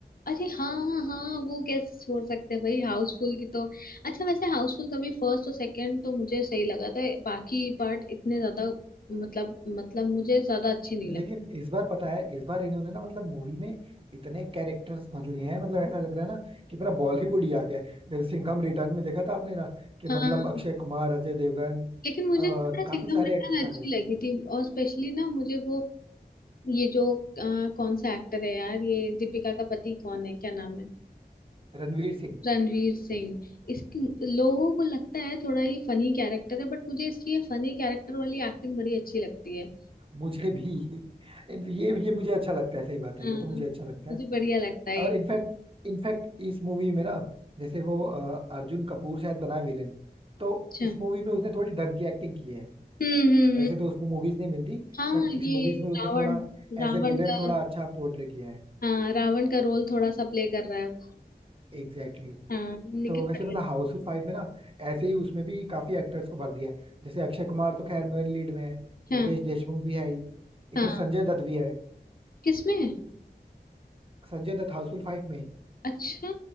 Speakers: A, on the left; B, on the right.
A: अरे हाँ हाँ हाँ वो कैसे छोड़ सकते हैं भाई हाउसफुल की तो अच्छा वैसे हाउसफुल का भी फर्स्ट और सेकंड तो मुझे सही लगा था बाकी पार्ट इतने ज्यादा मतलब मतलब मुझे ज्यादा अच्छे नहीं
B: लेकिन
A: लगे
B: इस बार पता है इस बार इन्होंने ना मतलब मूवी में इतने कैरेक्टर्स भर लिए हैं मतलब ऐसा लग रहा है ना कि पूरा बॉलीवुड ही आ गया है। जैसे सिंघम रिटर्न में देखा था आपने ना कि
A: हाँ
B: मतलब अक्षय कुमार अजय देवगन
A: लेकिन मुझे
B: और
A: पता है सिंघम
B: काफी सारे
A: रिटर्न
B: एक्टर्स
A: अच्छी
B: आ गए थे
A: लगी थी और स्पेशली ना मुझे वो ये जो अ, कौन सा एक्टर है यार ये दीपिका का पति कौन है क्या नाम है
B: रणवीर सिंह
A: रणवीर सिंह इसकी लोगों को लगता है थोड़ा ये फनी कैरेक्टर है बट मुझे इसकी ये फनी कैरेक्टर वाली एक्टिंग बड़ी अच्छी लगती है
B: मुझे भी <laughs> ये ये मुझे अच्छा लगता है सही बात है
A: हाँ
B: ये तो मुझे अच्छा लगता
A: मुझे
B: है
A: बढ़िया लगता है
B: और इनफैक्ट इनफैक्ट इस मूवी में ना जैसे वो अ, अर्जुन कपूर शायद बना विलेन तो
A: अच्छा
B: इस मूवी में उसने थोड़ी ढंग की एक्टिंग की है
A: हम्म हम्म हम्म।
B: ऐसे तो उसको मूवीज नहीं मिलती
A: हाँ
B: बट इस
A: ये
B: मूवीज में उसने
A: रावण
B: थोड़ा एज
A: रावण
B: ए विलेन
A: का
B: थोड़ा अच्छा पोर्ट्रे किया है
A: हाँ रावण का रोल थोड़ा सा प्ले कर रहा है
B: Exactly exactly.
A: हाँ निखिल
B: तो वैसे
A: बढ़िया
B: मतलब हाउसफुल फाइव में ना ऐसे ही उसमें भी काफी एक्टर्स को भर दिया है जैसे अक्षय कुमार तो खैर मेन लीड में है
A: हाँ
B: रितेश देशमुख भी है ही इसमें
A: हाँ
B: संजय दत्त भी है
A: किसमें है?
B: संजय दत्त हाउसफुल फाइव में ही
A: अच्छा